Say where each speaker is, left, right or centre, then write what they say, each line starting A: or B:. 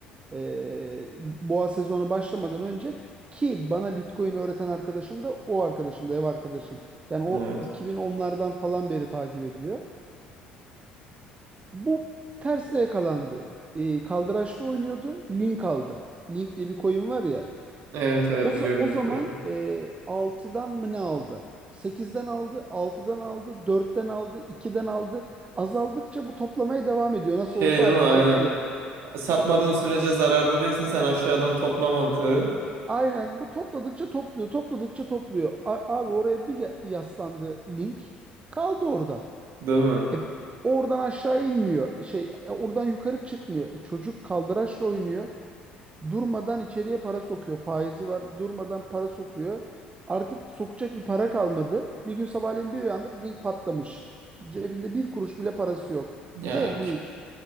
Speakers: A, on the right; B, on the right.
A: e, boğa sezonu başlamadan önce ki bana Bitcoin öğreten arkadaşım da o arkadaşım da ev arkadaşım. Yani o
B: Evet.
A: 2010'lardan falan beri takip ediyor. Bu terste yakalandı. E, kaldıraçta oynuyordu. Link aldı. Link diye bir coin var ya.
B: Evet evet
A: O, za-
B: biliyorum
A: o
B: Lincoln'u.
A: zaman e, 6'dan mı ne aldı? Sekizden aldı, altıdan aldı, dörtten aldı, 2'den aldı. Azaldıkça bu toplamaya devam ediyor. Nasıl
B: Şey
A: olsa
B: değil
A: artacak
B: mi? Aynen.
A: diye.
B: Satmadığın sürece zararda değilsin sen aşağıdan topla mantığı.
A: Aynen bu topladıkça topluyor, topladıkça topluyor. A- abi oraya bir ya- yaslandı link. Kaldı orada.
B: Değil mi?
A: E, oradan aşağı inmiyor. Şey e, oradan yukarı çıkmıyor. E, çocuk kaldıraçla oynuyor. Durmadan içeriye para sokuyor. Faizi var. Durmadan para sokuyor. Artık sokacak bir para kalmadı. Bir gün sabahleyin bir uyandık link patlamış. Cebinde bir kuruş bile parası yok.
B: Ya
A: Ve hani